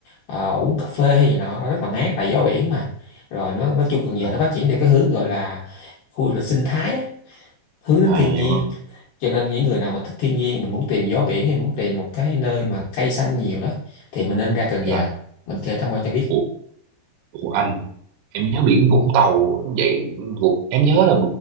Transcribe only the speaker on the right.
à,
à
vậy
không
dạ
Ủa, Ủa anh em nhớ biển Vũng Tàu vậy Vụ- em nhớ là